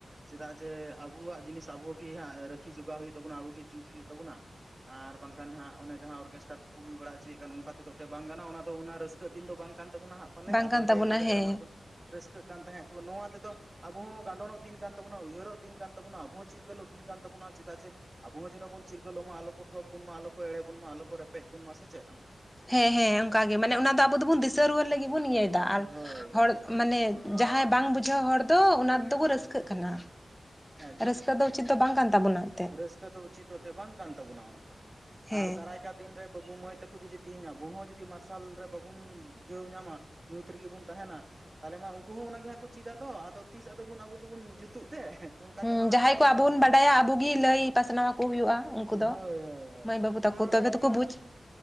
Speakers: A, on the right; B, in the centre.
A: ᱪᱮᱫᱟᱜ ᱡᱮ ᱟᱵᱚᱣᱟᱜ ᱡᱤᱱᱤᱥ ᱟᱵᱳ ᱜᱮ ᱦᱟᱸᱜ ᱨᱟᱹᱠᱷᱤ ᱡᱚᱜᱟᱣ ᱦᱩᱭᱩᱜ ᱛᱟᱵᱚᱱᱟ ᱟᱵᱚᱜᱮ ᱡᱩᱛ ᱦᱩᱭᱩᱜ ᱛᱟᱵᱚᱱᱟ ᱟᱨ ᱵᱟᱝᱠᱷᱟᱱ ᱦᱟᱸᱜ ᱚᱱᱮ ᱡᱟᱦᱟᱸ ᱚᱨᱠᱮᱥᱴᱟᱨ ᱠᱚᱠᱚ ᱦᱩᱭ ᱵᱟᱲᱟ ᱦᱚᱪᱚᱭᱮᱜ ᱠᱟᱱ ᱚᱱᱠᱟ ᱛᱮᱫᱚ ᱵᱟᱝ ᱜᱟᱱᱚᱜᱼᱟ ᱚᱱᱟ ᱫᱚ ᱚᱱᱟ ᱨᱟᱹᱥᱠᱟᱹᱜ ᱫᱤᱱ ᱫᱚ ᱵᱟᱝ ᱠᱟᱱ ᱛᱟᱵᱚᱱᱟ ᱦᱟᱸᱜ ᱯᱟᱞᱮ
B: ᱵᱟᱝ
A: ᱟᱫᱚ
B: ᱠᱟᱱ
A: ᱟᱹᱰᱤ
B: ᱛᱟᱵᱚᱱᱟ
A: ᱟᱭᱢᱟ ᱡᱟᱜᱟ
B: ᱦᱮᱸ
A: ᱨᱮᱢᱟ ᱠᱚ ᱨᱟᱹᱥᱠᱟ. ᱛᱟᱦᱮᱱ ᱱᱚᱣᱟ ᱛᱮᱫᱚ ᱟᱵᱚ ᱦᱚᱸ ᱜᱟᱸᱰᱚᱱᱚᱜ ᱫᱤᱱ ᱠᱟᱱ ᱛᱟᱵᱚᱱᱟ ᱩᱭᱦᱟᱹᱨᱚᱜ ᱫᱤᱱ ᱠᱟᱱ ᱛᱟᱵᱚᱱᱟ ᱟᱵᱚᱸ ᱪᱤᱨᱜᱟᱹᱞᱚᱜ ᱫᱤᱱ ᱠᱟᱱ ᱛᱟᱵᱚᱱᱟ ᱪᱮᱫᱟᱜ ᱡᱮ ᱟᱵᱚ ᱦᱚᱸ ᱡᱮᱱᱚ ᱵᱚᱱ ᱪᱤᱨᱜᱟᱹᱚᱜ ᱢᱟ ᱟᱞᱚ ᱴᱷᱚᱠ ᱵᱚᱱ ᱢᱟ ᱟᱞᱚ ᱮᱲᱮ ᱵᱚᱱ ᱢᱟ ᱟᱞᱚ ᱠᱚ ᱨᱮᱯᱮᱡ ᱵᱚᱱ ᱢᱟ ᱥᱮ ᱪᱮᱫ ᱦᱟᱸᱜ
B: ᱦᱮᱸ ᱦᱮᱸ ᱚᱱᱠᱟᱜᱮ ᱢᱟᱱᱮ ᱚᱱᱟ ᱫᱚ ᱟᱵᱚ ᱫᱚᱵᱚᱱ ᱫᱤᱥᱟᱹ ᱨᱩᱣᱟᱹᱲ ᱞᱟᱹᱜᱤᱫ ᱵᱚᱱ ᱤᱭᱟᱹᱭᱮᱫᱟ ᱟᱨ
A: ᱦᱳᱭ
B: ᱦᱚᱲ
A: ᱦᱳᱭ ᱦᱳᱭ᱾
B: ᱢᱟᱱᱮ ᱡᱟᱦᱟᱸᱭ ᱵᱟᱝ ᱵᱩᱡᱷᱟᱹᱣ ᱦᱚᱲ ᱫᱚ ᱚᱱᱟ ᱫᱚᱠᱚ ᱨᱟᱹᱥᱠᱟᱹᱜ ᱠᱟᱱᱟ
A: ᱮᱠᱫᱚᱢ
B: ᱨᱟᱹᱥᱠᱟᱹ
A: ᱮᱠᱫᱚᱢ᱾
B: ᱫᱚ ᱩᱪᱮᱫ ᱫᱚ ᱵᱟᱝ ᱠᱟᱱ ᱛᱟᱵᱚᱱᱟᱱ ᱛᱮ
A: ᱨᱟᱹᱥᱠᱟᱹ ᱫᱚ ᱩᱪᱤᱛ ᱵᱟᱝ ᱠᱟᱱ ᱛᱟᱵᱚᱱᱟ ᱚᱱᱟ ᱫᱚ
B: ᱦᱮᱸ
A: ᱟᱨ ᱫᱟᱨᱟᱭ ᱪᱮᱠᱟ ᱫᱤᱱ ᱨᱮ ᱵᱟᱹᱵᱩ ᱢᱟᱹᱭ ᱛᱟᱠᱚ ᱡᱩᱫᱤ ᱛᱮᱦᱮᱧ ᱟᱵᱚ ᱦᱚᱸ ᱡᱩᱫᱤ ᱢᱟᱨᱥᱟᱞ ᱨᱮ ᱵᱟᱵᱚᱱ ᱵᱩᱡᱷᱟᱹᱣ ᱧᱟᱢᱟ ᱧᱩᱛ ᱨᱮᱜᱮ ᱵᱚᱱ ᱛᱟᱦᱮᱱᱟ ᱛᱟᱦᱚᱞᱮ ᱢᱟ ᱩᱱᱠᱩ ᱦᱚᱸ ᱦᱟᱜ ᱠᱚ ᱪᱮᱫᱟ ᱟ ᱟᱫᱚ ᱛᱤᱥ ᱟᱫᱚᱵᱚᱱ ᱟᱵᱚ ᱫᱚᱵᱚᱱ ᱡᱩᱛᱩᱜ ᱛᱮ ᱚᱱᱠᱟ
B: ᱦᱮᱸ
A: ᱛᱮᱢᱟ
B: ᱡᱟᱦᱟᱸᱭ
A: ᱦᱟᱸᱜ
B: ᱠᱚ
A: ᱢᱟ
B: ᱟᱵᱚ ᱵᱩᱱ ᱵᱟᱰᱟᱭᱟ ᱟᱵᱚᱜᱤ ᱞᱟᱹᱭ ᱯᱟᱥᱱᱟᱣ ᱠᱚ ᱦᱩᱭᱩᱜᱼᱟ᱾ ᱩᱱᱠᱩ
A: ᱦᱳᱭ
B: ᱫᱚ
A: ᱦᱳᱭ ᱦᱳᱭ
B: ᱢᱟᱹᱭ ᱵᱟᱹᱵᱩ ᱛᱟᱠᱚ
A: ᱟᱨ
B: ᱛᱚᱵᱮ
A: ᱵᱟᱠᱷᱟᱡ ᱠᱚ
B: ᱛᱚᱠᱚ
A: ᱢᱮᱱᱟ
B: ᱵᱩᱡᱽ